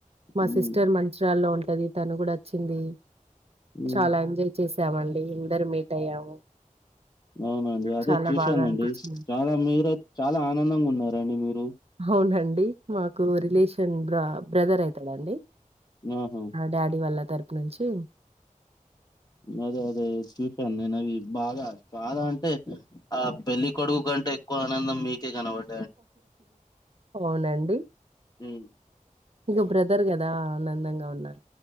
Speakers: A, on the right; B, on the left.
A: మా
B: మ్మ్
A: సిస్టర్ మంచిరాల్లో ఉంటది తను కూడా వచ్చింది
B: మ్మ్
A: చాలా ఎంజాయ్ చేసామండి అందరు మీట్ అయ్యాము
B: అవునండి అదే
A: చాలా
B: చూశానండి
A: బాగా అనిపించింది
B: చాలా మీరు చాలా ఆనందంగా ఉన్నారండి మీరు
A: అవునండి మాకు రిలేషన్ బ బ్రదర్ అయితాదండి
B: ఆహా
A: డాడీ వాళ్ళ తరుపు నుంచి
B: అదే అదే చూశాను నేను అవి బాగా బాగ అంటే ఆ పెళ్ళి కొడుగు కంటే ఎక్కువ ఆనందం మీకే కనబడ్
A: అవునండి
B: ఉమ్
A: ఇగ బ్రదర్ కదా ఆనందంగా ఉన్నార్